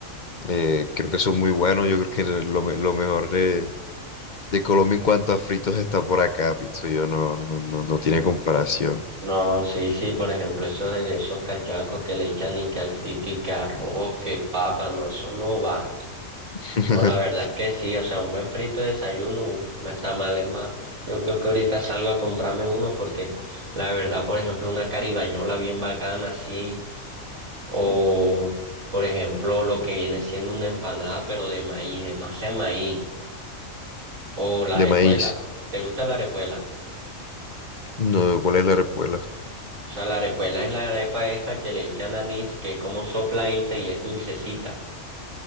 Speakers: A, on the left; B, on the right.
A: eh, creo que son muy buenos. Yo creo que lo, me- lo mejor de, de Colombia en cuanto a fritos está por acá, pienso yo, no, no, no, no tiene comparación.
B: no, sí, sí, por ejemplo, esos de esos cachacos que le echan y que al frito y que arroz, que papa, no, eso no va.
A: <laughs>
B: No, la verdad es que sí, o sea, un buen frito de desayuno, uf, no está mal, es más. Yo creo que ahorita salgo a comprarme uno porque la verdad, por ejemplo, una caribañola bien bacana así, o por ejemplo, lo que viene siendo una empanada pero de maíz, de masa de maíz, o la
A: De
B: arepuela.
A: maíz.
B: ¿Te gusta la arepuela?
A: No, ¿cuál es la repuela?
B: O sea, la arepuela es la arepa esta que le echan anís, que es como sopladita y es dulcecita,